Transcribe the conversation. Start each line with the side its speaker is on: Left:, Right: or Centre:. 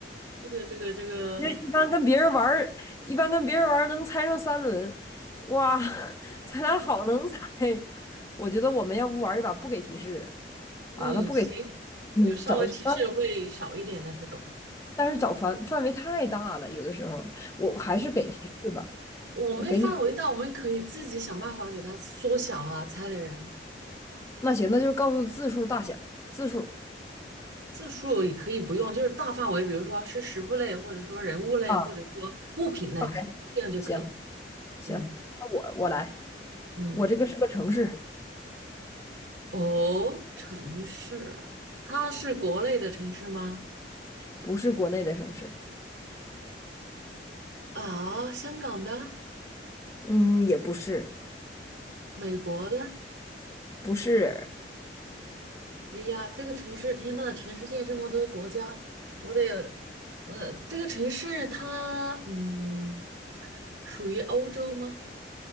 Right: 这个这个这个
Left: <laughs> 因为一般跟别人玩儿一般跟别人玩儿能猜上三轮，哇，<laughs> 咱俩好能猜。<laughs> 我觉得我们要不玩一把不给提示的。
Right: 嗯，
Left: 啊，那不给
Right: 行，
Left: 你找，
Right: 就稍微提示会少一点的这种。
Left: 但但是找范范围太大了，有的时候我还是给提示吧，
Right: 我们范围大，
Left: 我给你，
Right: 我们可以自己想办法给它缩小啊，猜的人
Left: 那行，那就是告诉字数大小，字数
Right: 字数也可以不用，就是大范围，比如说是食物类，或者说人物类，
Left: 啊，
Right: 或者说物品类，
Left: ，OK，
Right: 这样就可以了。
Left: 行行，
Right: 嗯
Left: 那我我来，
Right: 嗯，
Left: 我这个是个城市，
Right: 哦，城市啊，它是国内的城市吗？
Left: 不是国内的城市，
Right: 啊，香港的，
Left: 嗯，也不是，
Right: 美国的，
Left: 不是
Right: 哎呀，这个城市，天呐，全世界这么多国家，我得，呃，这个城市它，嗯，属于欧洲吗？